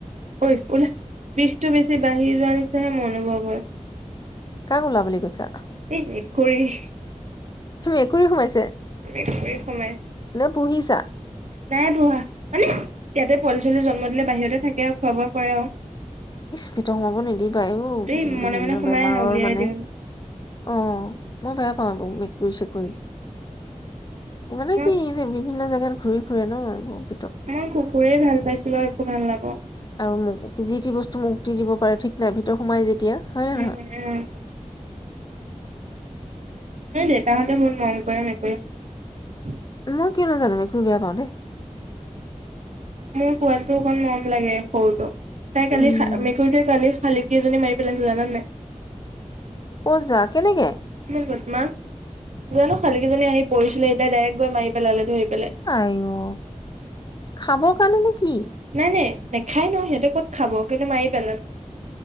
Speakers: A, on the right; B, on the left.
A: ঐ ওলা বিষটো বেছি বাঢ়ি যোৱা যে নিচিনাহে মোৰ অনুভৱ কৰা।
B: কাক ওলা বুলি কৈছা
A: এই মেকুৰী
B: মেকুৰী সোমাইছে
A: এক মিনিট সময়
B: নে পুহিছা
A: নাই পঢ়া মানে ইয়াতে পোৱালি ছোৱালী জন্ম দিলে বাহিৰতে থাকে আৰু খোৱা বোৱা কৰে আৰু
B: ইস ভিতৰত সোমাব নিদিবা ও
A: এই
B: বিভিন্ন
A: মনে মনে সোমাই
B: বেমাৰৰ
A: আহে উলিয়াই
B: মানে
A: দিওঁ
B: অ মই বেয়া পাওঁ এই বোৰ মেকুৰী চেকুৰী। মানে
A: মই
B: কি এনে দিবি। বিভিন্ন জেগাত ঘূৰি ফুৰে ন এই বোৰ
A: মই কুকুৰেই ভাল পাইছিলো আৰু একো ভাল নাপাওঁ।
B: আৰু মোক যি তি বস্তু মুটি দিব পাৰে ঠিক নাই ভিতৰত সোমাই যেতিয়া হয় নে
A: উম
B: নহয়।
A: উম সেই দেউতা সতে বহুত মৰম কৰে মেকুৰী
B: মই কি নো জানো মেকুৰী বেয়া পায় দে
A: মোৰ পোৱালিটো অকল মৰম লাগে সৰু তো তাই
B: উম
A: কালি খ মেকুৰীটোৱে কালি খালী। কেইজনী মাৰি পেলাইছিল জানানে নাই?
B: অ' যা, কেনেকে?
A: ইমান বতমাচ। জানো শালিকী জনী আহি পৰিছিলে <unintelligible> ডাইৰেক্ট গৈ মাৰি পেলালে ধৰি। পেলাই
B: আইও! খাব কাৰণে নে কি?
A: নাই নাই নেখায় ন, সিহতেঁ ক'ত খাব কিন্তু মাৰি পেলাল।